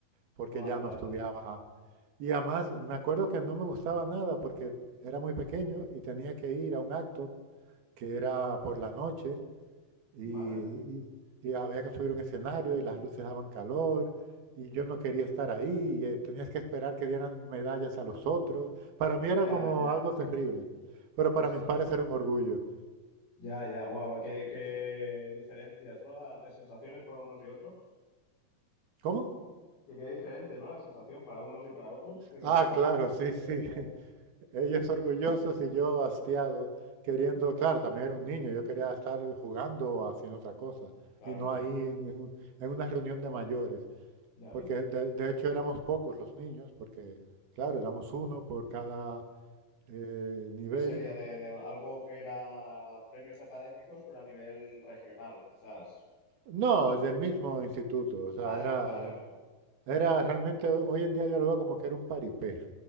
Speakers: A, on the right (about 80°); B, on the left (about 80°).
A: porque
B: Guau,
A: ya
B: vale.
A: no estudiaba. Y además, me acuerdo que no me gustaba nada porque era muy pequeño y tenía que ir a un acto que era por la noche y,
B: Vale.
A: y- y había que subir un escenario y las luces daban calor y yo no quería estar ahí y eh, tenías que esperar que dieran medallas a los otros. Para mí era
B: Ya,
A: como
B: ya,
A: algo terrible, pero
B: ostras,
A: para mis padres era un orgullo.
B: ya, ya, buah, qué, qué diferencias, ¿no? La- De sensaciones para unos y otros,
A: ¿Cómo?
B: que qué diferente, ¿no? La sensación para unos y para otros, de que
A: Ah,
B: tus padres,
A: claro,
B: claro, se
A: sí, sí.
B: quedan como,
A: <laughs> Ellos orgullosos y yo hastiado, queriendo,
B: ostras,
A: claro, también era un niño, yo quería estar jugando o haciendo otra cosa
B: claro,
A: y no
B: claro,
A: ahí en, en un- en una reunión de mayores,
B: ya
A: porque
B: ves.
A: de de hecho éramos pocos los niños, porque claro, éramos uno por cada eh, nivel.
B: ¿Qué sería de, de algo que era premios académicos, pero a nivel regional, quizás?
A: No, del mismo instituto, o sea,
B: Ah, del
A: era,
B: mi- vale, vale, vale.
A: era realmente, hoy en día yo lo veo como que era un paripé,